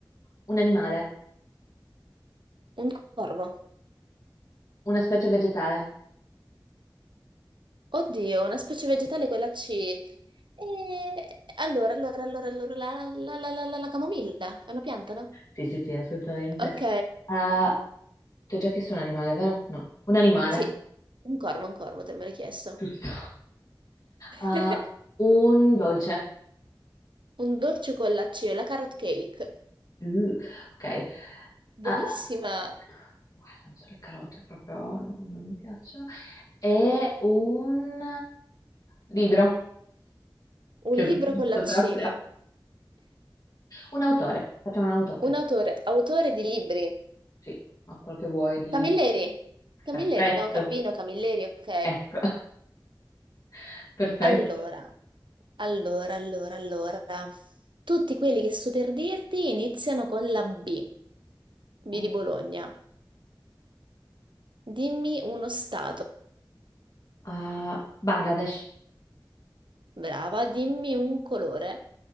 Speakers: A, on the left; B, on the right.
A: un animale,
B: un corvo.
A: una specie vegetale.
B: Oddio, una specie vegetale con la C. E allora, allora, allora, allora, la, la, la, la, la, la camomilla è una pianta, no?
A: Sì, sì, sì, assolutamente.
B: Ok,
A: Ah, ti ho già chiesto un animale, vero? No, un animale,
B: sì, un corvo, un corvo, te l'ho chiesto.
A: giusto. Ah,
B: <laughs>
A: un dolce.
B: Un dolce con la C, la carrot cake.
A: Uh, ok.
B: Buonissima,
A: Ah, ah, guarda, non so, le carote proprio non, non mi piacciono. E un libro.
B: un
A: Che ho
B: libro
A: visto
B: con la
A: proprio.
B: C,
A: Un autore, facciamo un autore.
B: un autore, autore di libri,
A: Sì, ma quel che vuoi di...
B: Camilleri, Camilleri,
A: Perfetto,
B: no, Calvino, Camilleri, ok.
A: ecco, <laughs> perfetto.
B: Allora, allora, allora, allora, tutti quelli che so per dirti iniziano con la B, B
A: Ok.
B: di Bologna. Dimmi uno stato,
A: Ah, Bangladesh.
B: brava, dimmi un colore,